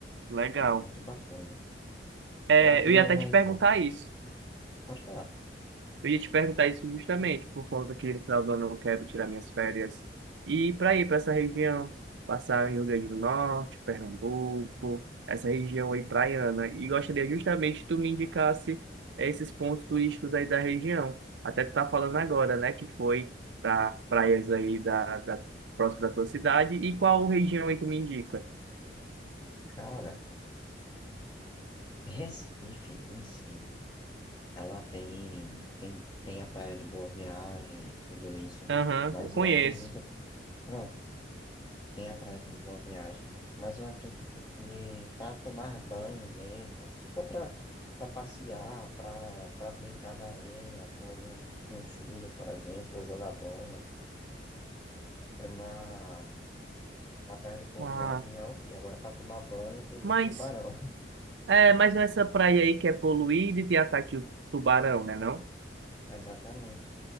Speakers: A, on the right; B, on the left.
A: Legal.
B: É muito bacana.
A: É,
B: Ela tem
A: eu ia
B: umas
A: até te perguntar
B: ondas.
A: isso.
B: Hum, Pode falar.
A: Eu ia te perguntar isso justamente, por conta que no final do ano eu quero tirar minhas férias e ir para ir para essa região, passar em Rio Grande do Norte, Pernambuco, essa região
B: Hum,
A: aí praiana. E gostaria justamente que tu me indicasse esses pontos turísticos aí da região. Até tu tá falando agora, né, que foi para praias aí da, da próxima da tua cidade. E qual região aí tu me indica?
B: Cara, Recife em si. Ela tem, tem, tem a praia de Boa Viagem, tudo isso,
A: Aham,
B: mas
A: eu conheço.
B: eu acredito que, pronto, tem a praia de Boa Viagem, mas eu acredito que para tomar banho mesmo, se for para para passear, para para brincar na areia com um, um filho, por exemplo, ou jogar bola, é na, na praia de Boa
A: Ah,
B: Viagem é ok. Agora, para tomar banho, tem muito
A: mas,
B: tubarão,
A: é, mas nessa praia aí que é poluída e tem ataque de tubarão, né, não?
B: <laughs> exatamente.